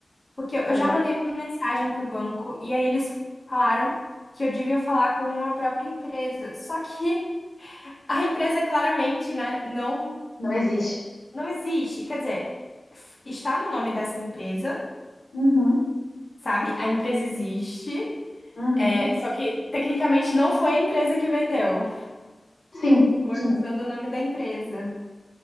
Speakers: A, on the left (about 35°); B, on the left (about 80°).
A: Porque eu
B: Aham,
A: já mandei uma mensagem pro banco e aí eles falaram que eu devia falar com a própria empresa. Só que <laughs> a empresa claramente, né, não
B: Não existe.
A: é, não existe. Quer dizer, f- está no nome dessa empresa,
B: Uhum,
A: sabe? A empresa existe,
B: uhum.
A: é, só que tecnicamente não foi a empresa que vendeu.
B: Sim,
A: Foram
B: sim.
A: usando o nome da empresa.